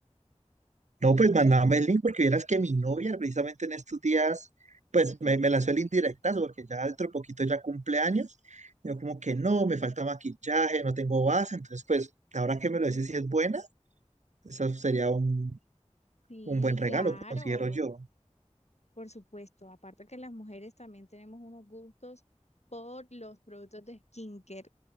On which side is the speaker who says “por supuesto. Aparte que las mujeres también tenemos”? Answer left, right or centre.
Left